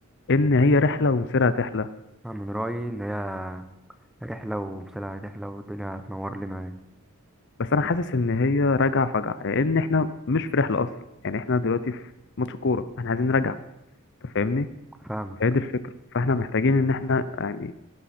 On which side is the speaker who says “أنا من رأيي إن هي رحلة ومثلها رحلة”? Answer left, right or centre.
Centre